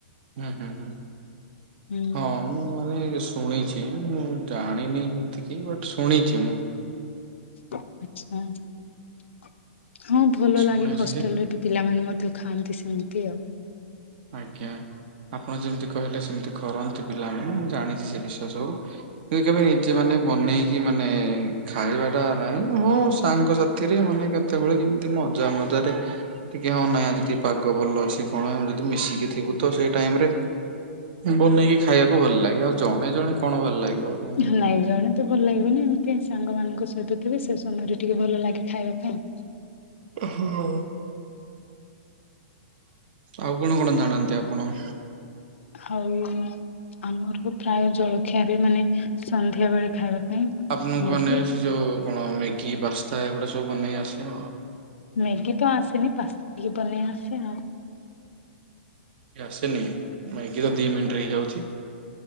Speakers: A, on the right; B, on the left.
A: ହୁଁ -ହୁଁ- ହୁଁ
B: ହୁଁ
A: -ହଁ ମୁଁ ମାନେ ଉସ୍ ଶୁଣିଛି, ମୁଁ ଜାଣିନି ସେତିକି। ବଟ୍ ଶୁଣିଛି ମୁଁ।
B: ହଁ, ଭଲ
A: ଶୁଣିଛି
B: ଲାଗେ ହଷ୍ଟେଲରେ
A: ଯେ
B: ବି। ପିଲାମାନେ ମଧ୍ୟ ଖାଆନ୍ତି ସେମିତି ଆଉ।
A: ଆଜ୍ଞା, ଆପଣ ଯେମିତି କହିଲେ, ସେମିତି କରନ୍ତି ପିଲାମାନେ। ମୁଁ ଜାଣିଛି, ସେ ବିଷୟ ସବୁ। ସେ କେବେ ନିଜେ ମାନେ, ବନେଇକି ମାନେ-ଏ ଖାଇବା ଟା ନାହିଁ, ମୋ ସାଙ୍ଗସାଥିରେ ମାନେ କେତେବେଳେ କେମିତି ମଜା ମଜାରେ ଟିକେ ହଁ, ନାଇଁ ଆଜି ଟିକେ ପାଗ ଭଲ ଅଛି କଣ, ଯଦି ମିଶିକି ଥିବୁ ତ ସେଇ ଟାଇମ୍ ରେ ବନେଇକି ଖାଇବାକୁ ଭଲ ଲାଗେ। ଆଉ ଜଣେ, ଜଣେ କଣ ଭଲ ଲାଗିବ
B: ହଁ,
A: କୁହନ୍ତୁ।
B: ଲାଇ ଜଣେ ମୋତେ ଭଲ ଲାଗିବନି, ଏମିତି ସାଙ୍ଗ ମାନଙ୍କ ସହିତ ଥିବେ। ସେ ସମୟରେ ଟିକେ ଭଲ ଲାଗେ ଖାଇବା ପାଇଁ।
A: ହଅ, ଆଉ କଣ କଣ ଜାଣନ୍ତି ଆପଣ?
B: ଆଉ, ଆମର ପ୍ରାୟ ଜଳଖିଆବି ମାନେ ସନ୍ଧ୍ୟା ବେଳେ ଖାଇବା ପାଇଁ
A: ଆପଣଙ୍କୁ
B: ମୁଢି
A: ମାନେ ସେ ଯଉ କଣ ମ୍ୟାଗି, ପାସ୍ତା ଏଗୁଡା ସବୁ ବନେଇ ଆସେ?
B: ମ୍ୟାଗି ତ ଆସେନି, ପାସ୍ ଟିକେ ବନେଇ ଆସେ ଆଉ।
A: ଆସେନି, ମ୍ୟାଗି ତ ଦି ମିନ୍ଟି ରେ ହେଇଯାଉଛି।